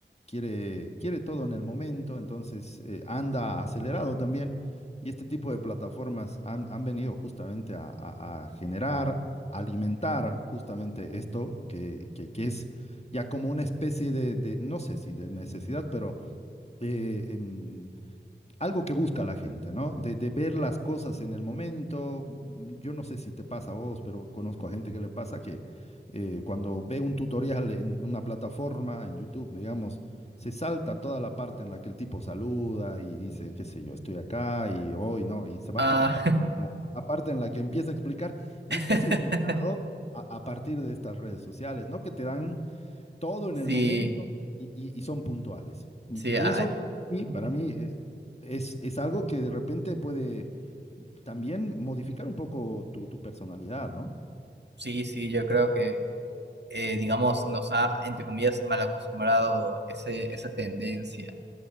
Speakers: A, on the left; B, on the right.
A: quiere, quiere todo en el momento, entonces eh, anda acelerado también. Y este tipo de plataformas han, han venido justamente a, a- a generar, alimentar justamente esto que, que- que es ya como una especie de, de, no sé si de necesidad, pero eh, em, algo que busca la gente, ¿no? De, de, ver las cosas en el momento. Yo no sé si te pasa a vos, pero conozco a gente que le pasa que eh, cuando ve un tutorial en una plataforma, en YouTube, digamos, se salta toda la parte en la que el tipo saluda y dice, qué sé yo, estoy acá y hoy no, y se va
B: Ah,
A: <laughs> a la, pa- la- la parte en la que empieza a explicar. Y esto
B: <laughs>
A: ha sido inventado a, a partir de estas redes sociales, ¿no? Que te dan todo en
B: sí,
A: el momento y, y- y son puntuales. Y,
B: sí, ah,
A: y eso para mí,
B: <laughs>
A: para mí, eh, es, es algo que de repente puede también modificar un poco tu, tu personalidad, ¿no?
B: sí, sí, yo creo que, eh, digamos, nos ha, entre comillas, mal acostumbrado ese, esa tendencia.